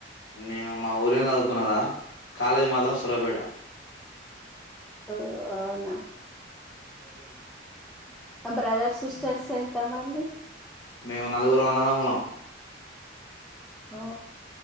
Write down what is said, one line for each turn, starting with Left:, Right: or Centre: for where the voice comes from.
Left: నేను మా ఊళ్ళ చదువుకున్నారా కాలేజీ మాత్రం సూర్యాపేట
Centre: ఓ అవునా
Left: కో పెళ్లిలా
Centre: ఆ బ్రదర్స్ సిస్టర్స్ ఎంత మంది
Left: మేము నలుగురం అన్నదమ్ములం
Centre: ఓ